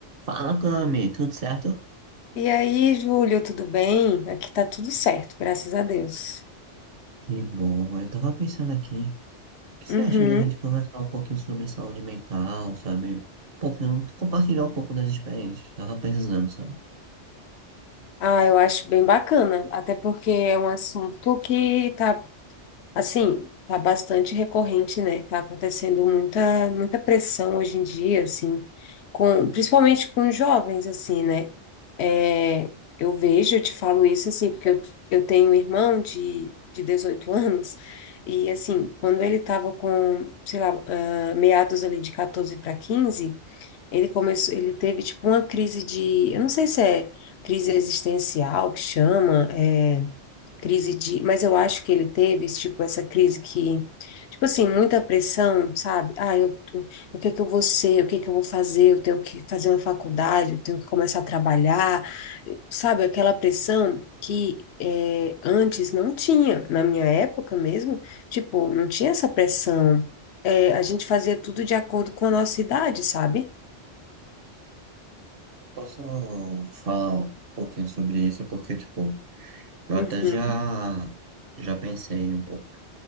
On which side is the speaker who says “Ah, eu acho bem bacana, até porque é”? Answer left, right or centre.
Left